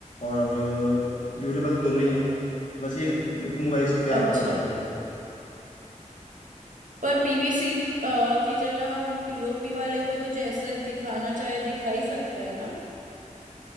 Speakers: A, on the left; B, on the right.
A: और ड्यूरेबल तो दोनों ही है बस ये कि लुकिंग वाइज क्या आप
B: अच्छा
A: प्रेफर करोगे
B: पर पीवीसी की जगह हम पीओपी वाले को तो जैसे दिखाना चाहे दिखा ही सकते हैं ना